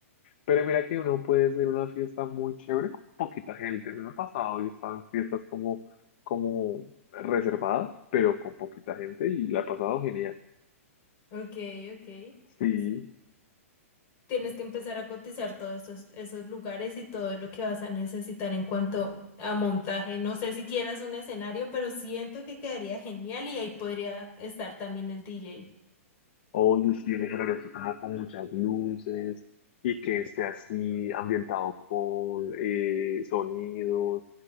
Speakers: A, on the left (about 45°); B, on the left (about 30°).
A: Pero mira que uno puede hacer una fiesta muy chévere con poquita gente. Me ha pasado, yo estaba en fiestas como, como reservadas, pero con poquita gente y la he pasado genial.
B: Ok, ok.
A: Sí,
B: Sí, tienes que empezar a cotizar todos esos, esos lugares y todo lo que vas a necesitar en cuanto a montaje. No sé si quieras un escenario, pero siento que quedaría genial y ahí podría estar también el DJ.
A: Oye, sí, yo creo que así como con muchas luces y que esté así ambientado con eh, sonidos